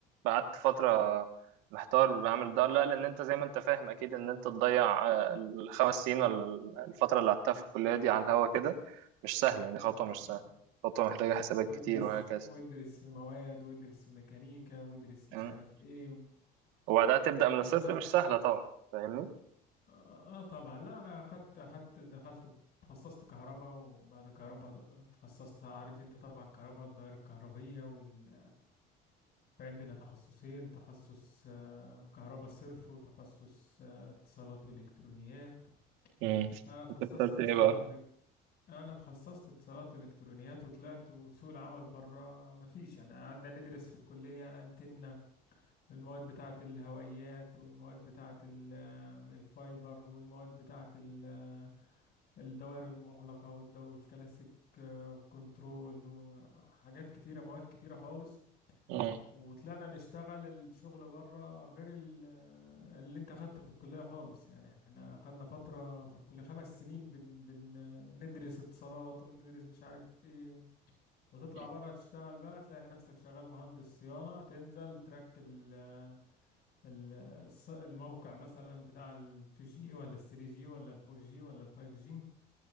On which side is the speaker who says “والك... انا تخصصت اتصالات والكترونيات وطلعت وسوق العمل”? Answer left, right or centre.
Left